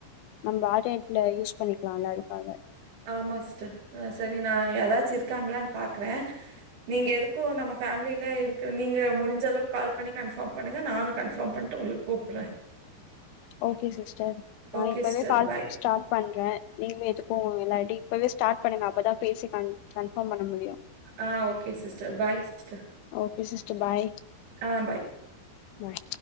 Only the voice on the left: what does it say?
நம்ம ஆட்நெட்ல யூஸ் பண்ணிக்கலால அதுக்காக
ஓகே சிஸ்டர் நா
இப்பவே
கால்
ஸ்டாட் பண்றே நீங்க எதுக்கும் முன்னாடி இப்பவே ஸ்டாட் பண்ணுங்க அப்பதா பேசி கன்-கன்ஃபாம் பண்ண முடியு
okay sister bye
bye